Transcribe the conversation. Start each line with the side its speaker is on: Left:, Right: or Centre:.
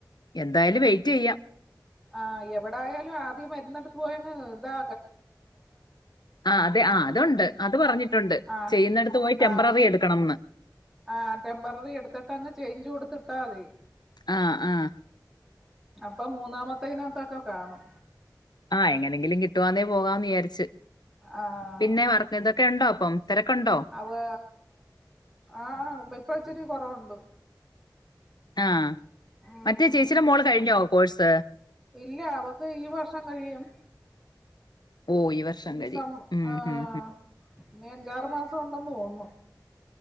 Left: എന്തായാലും വെയിറ്റെയ്യാം
Centre: ആഹ് എവിടായാലും ആദ്യം വരുന്നടത്ത് പോയങ്ങ് ഇതാ
Left: ആഹ് അതെ ആഹ് അതുണ്ട് അത് പറഞ്ഞിട്ടുണ്ട്
Centre: ആഹ്
Left: ചെയ്യുന്നടത്ത് പോയി ടെംമ്പററി
Centre: ആഹ്
Left: എടുക്കണംന്ന്
Centre: ആഹ് ടെംമ്പററി എടുത്തിട്ടങ്ങ് ചേഞ്ച് കൊടുത്തിട്ടാ മതി
Left: ആഹ് ആഹ്
Centre: അപ്പം മൂന്നാമത്തയിനാത്തൊക്കെ കാണും
Left: ആഹ് എങ്ങനെങ്കിലും കിട്ടുവാന്നേ പോകാന്ന് വിചാരിച്ച്
Centre: ആഹ്
Left: പിന്നെ വർക്കിതൊക്കെയുണ്ടോ അപ്പം തിരക്കുണ്ടോ
Centre: ഓഹ് ആഹ് ഇപ്പിച്ചിരി കുറവുണ്ട്
Left: ആഹ്
Centre: ഉം
Left: മറ്റേ ചേച്ചിടെ മോള് കഴിഞ്ഞോ കോഴ്സ്
Centre: ഇല്ല അവക്ക് ഈ വർഷം കഴിയും
Left: ഓ ഈ വർഷം
Centre: ഡിസം
Left: കഴിയും ഉം,
Centre: ഏഹ്
Left: ഉം, ഉം.
Centre: ഇനിയഞ്ചാറ് മാസം ഉണ്ടെന്ന് തോന്നുന്നു